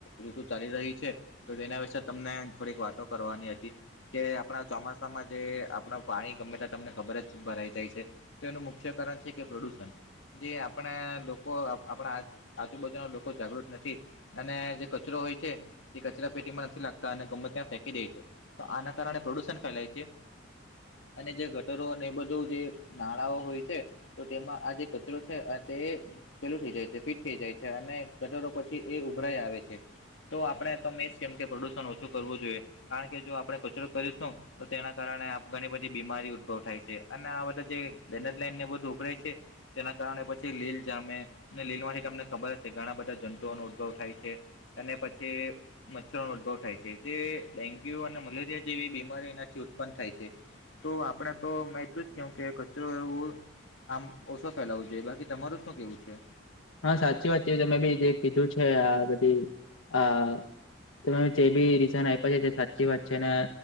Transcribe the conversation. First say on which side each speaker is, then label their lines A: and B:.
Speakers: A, on the left; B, on the left.
A: ઋતુ ચાલી રહી છે. તો તેના વિશેે તમને થોડીક વાતો કરવાની હતી કે આપણા ચોમાસામાં જે આપણા પાણી ગમે તા તમને ખબર જ છે ભરાઈ જાય છે. તેનું મુખ્ય કારણ છે કે પ્રદુષણ જે આપણે લોકો આ આપણા આજુબાજુના લોકો જાગૃત નથી અને જે કચરો હોય છે. તે કચરા પેટીમાં નથી નાખતા અને ગમે ત્યાં ફેંકી દે છે તો આના કારણે પ્રદુષણ ફેલાય છે. અને જે ગટરો અને એ બધું જે નાળાઓ હોય છે તો તેમાં આજે કરો છે તે પેલું થઈ જાય છે ફિટ થઈ જાય છે અને ગટરો પછી એ ઉભરાય આવે છે. તો આપણે તો મેં જ કેમ કે પ્રદુષણ ઓછું કરવું જોઈએ કારણ કે જો આપણે કચરો કરીશુ તો તેના કારણે આપ ઘણી બધી બીમારી ઉદ્ભવ થાય છે અને આ બધા જે આ ડ્રેનેજ લાઈનને બધું ઉભરાય છે. તેના કારણે પછી લીલ જામે અને લીલ માંથી તમને ખબર જ છે ઘણા બધા જંતુઓનો ઉદભવ થાય છે. અને પછી. મચ્છરોનો ઉદભવ થાય છે જે ડેન્ગ્યુ અને મલેરિયા જેવી બીમારીઓ એનાથી ઉત્પન્ન થાય છે. તો આપડણે તો મેં એટલું જ કેહું કે કચરો એવું આમ. ઓછો ફેલાવો જોઈએ બાકી તમારું શું કેવું છે.
B: હા સાચી વાત છે તમે બી જે કીધું છે આ બધી આ. તમે જે બી રીઝન આપ્યા છે સાચી વાત છે ને.